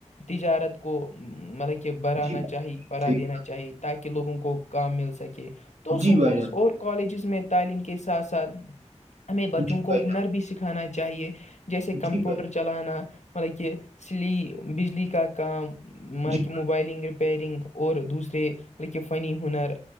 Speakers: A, on the left (about 75°); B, on the right (about 70°).
A: تجارت کو مطلب کہ برانا
B: جی
A: چاہی پرا
B: صحیح
A: دینا چاہے تاکہ لوگوں کو کام مل سکے تو اسکولس
B: جی بھائی جان
A: اور کالجز میں تعلیم کے ساتھ ساتھ ہمیں بچوں
B: جی
A: کو
B: بھائی
A: ہنر بھی سکھانا چاہیے جیسے
B: جان
A: کمپیوٹر
B: جی بھائی جان
A: چلانا مطلب کہ سلی بجلی کا کام مطلب
B: جی
A: کہ موبائلنگ ریپیرنگ اور دوسرے مطلب کہ فنی ہنر